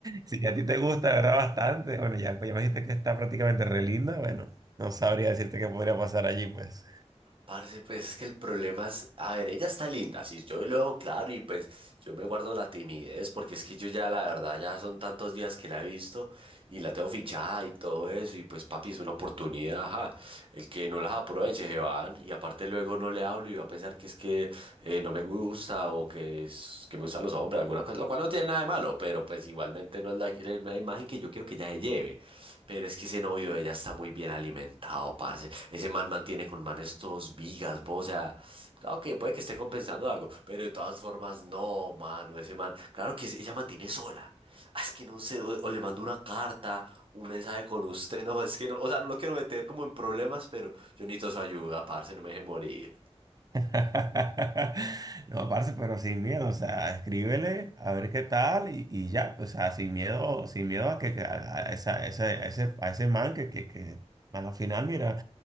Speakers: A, on the right; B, on the right.
A: si a ti te gusta, ¿verdad? Bastante. Bueno, ya, pues ya me dijiste que está prácticamente re linda. Bueno, no sabría decirte qué podría pasar allí, pues.
B: Parce, pues es que el problema es, a ver, ella está linda, si yo lo dejo claro y pues yo me guardo la timidez porque es que yo ya la verdad ya son tantos días que la he visto y la tengo fichada y todo eso, y pues papi, es una oportunidad, ajá. El que no las aproveche se van, y aparte luego no le hablo y va a pensar que es que eh, no me gusta o que es que me gustan los hombres, alguna cosa, lo cual no tiene nada de malo, pero pues igualmente no es la, la imagen que yo quiero que ella se lleve. Pero es que ese novio de ella está muy bien alimentado, parce. Ese man mantiene con manes todos vigas, vos, o sea, claro que puede que esté compensando algo, pero de todas formas, no, mano, ese man, claro que es- ella mantiene sola. Ah, Es que no sé, o, o le mando una carta, un mensaje con usted, no, es que no, o sea, no lo quiero meter como en problemas, pero yo necesito su ayuda, parce, no me deje morir.
A: <laughs> No, parce, pero sin miedo, o sea, escríbele a ver qué tal y, y ya, pues, o sea, sin miedo, sin miedo a que que a, a esa- ese a ese, a ese man que, que, que a la final, mira.